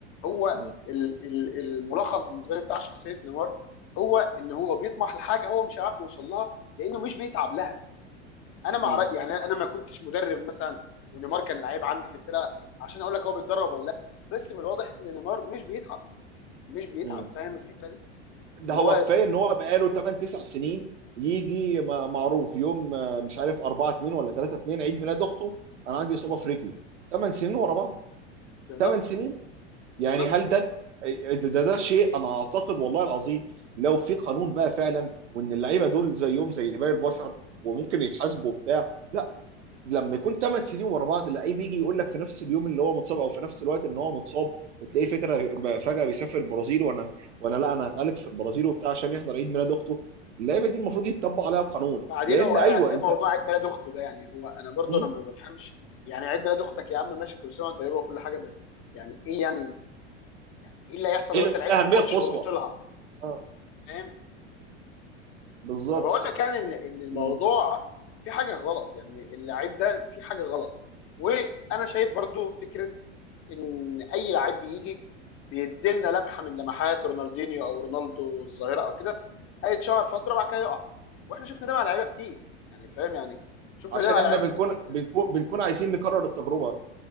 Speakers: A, on the left (about 40°); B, on the right (about 90°).
A: هو
B: مم.
A: ال- ال- الملخص بالنسبه لي بتاع شخصيه نيمار هو ان هو بيطمح لحاجه هو مش عارف يوصل لها لانه مش بيتعب لها انا مع
B: مم.
A: رأي يعني انا ما كنتش مدرب مثلا ونيمار كان لعيب عندي في الفرقه عشان اقول لك هو بيتدرب ولا لا بس من الواضح ان نيمار مش بيتعب مش بيتعب
B: مم.
A: فاهم الفكره دي
B: ده
A: ان
B: هو
A: هو
B: كفايه ان هو بقاله 8 9 سنين يجي م- معروف يوم آه، مش عارف 4 2 ولا 3 2 عيد ميلاد اخته انا عندي اصابه في رجلي 8 سنين ورا بعض
A: بالظبط
B: 8 سنين يعني
A: بالظبط
B: هل ده ده ده, ده شيء انا اعتقد والله العظيم لو في قانون بقى فعلا وان اللعيبه دول زيهم زي باقي البشر وممكن يتحاسبوا وبتاع لما يكون ثمان سنين ورا بعض اللعيب يجي يقول لك في نفس اليوم اللي هو متصاب او في نفس الوقت ان هو متصاب وتلاقيه فكره ب- فجاه بيسافر البرازيل وانا وانا لا انا هتعالج في البرازيل وبتاع عشان يحضر عيد ميلاد اخته اللعيبه دي المفروض يتطبق عليها قانون
A: بعدين
B: لان
A: هو
B: ايوه
A: إيه
B: انت
A: موضوع عيد ميلاد اخته ده يعني هو انا برضه
B: مم.
A: انا ما بفهمش يعني عيد ميلاد اختك يا عم ماشي كل سنه وأنت طيبه وكل حاجه بس يعني ايه يعني يعني ايه اللي هيحصل
B: ايه
A: لو انت لعبت
B: الاهميه
A: الماتش
B: القصوى
A: ورحت لها
B: آه،
A: فاهم
B: بالظبط
A: فبقول لك يعني ان ان الموضوع
B: مم.
A: في حاجه غلط يعني اللعيب ده في حاجه غلط وانا شايف برضو فكره ان اي لعيب بيجي بيديلنا لمحه من لمحات رونالدينيو او رونالدو الظاهره او كده هيتشهر فتره وبعد كده يقع واحنا شفنا ده مع لعيبه كتير يعني فاهم يعني شفنا
B: عشان
A: ده مع
B: احنا
A: لعيبه
B: بنكون
A: كتير جدا
B: بنكون بنكون عايزين نكرر التجربه